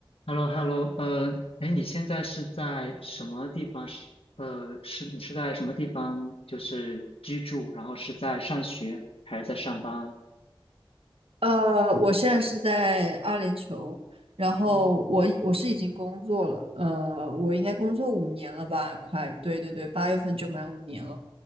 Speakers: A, on the left; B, on the right.
A: h e l l o h e l l o 呃，哎，你现在是在什么地方？是呃，是你是在什么地方？就是居住，然后是在上学还是在上班？
B: 呃，我现在是在阿联酋，然后我已我是已经工作了，
A: 哦
B: 呃，我应该工作五年了吧，快，对对对，八月份就满五年了。